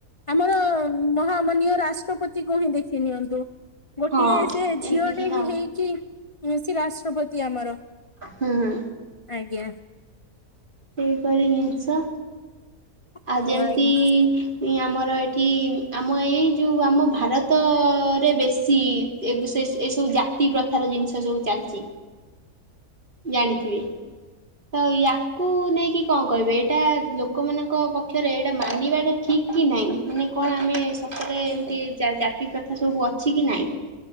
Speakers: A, on the left; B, on the right.
A: ଆମର ମହାମନିୟ ରାଷ୍ଟ୍ରପତିକୁ ହିଁ ଦେଖି ନିଅନ୍ତୁ। ଗୋଟିଏ
B: ହଁ
A: ସେ
B: ଯେମିତିକି
A: ଝିଅଟେ
B: ହଁ
A: ହିଁ ହେଇକି ସେ ରାଷ୍ଟ୍ରପତି ଆମର।
B: ହୁଁ ହୁଁ
A: ଆଜ୍ଞା।
B: ସେଇ ପରି ଜିନିଷ ଆଉ
A: ହଁ
B: ଯେମ୍ତି
A: ଆଜ୍ଞା।
B: ଇଁ ଆମର ଏଠି ଆମ ଏଇ ଯୋଉ ଆମ ଭାରତରେ ବେଶୀ। ଏବ୍ ସେ ଏସବୁ ଜାତି ପ୍ରଥାର ଜିନିଷ ସବୁ ଚାଲିଚି। ଜାଣିଥିବେ। ତ ୟାକୁ ନେଇକି କଁ କହିବେ ଏଇଟା ଲୋକମାନଙ୍କ ପକ୍ଷରେ ଏଇଟା ମାନିବାଟା ଠିକ୍ କି ନାହିଁ ମାନେ କଣ ଆମେ ସତରେ ଏମିତି ଜା ଜାତି ପ୍ରଥା ସବୁ ଅଛି କି ନାଇଁ?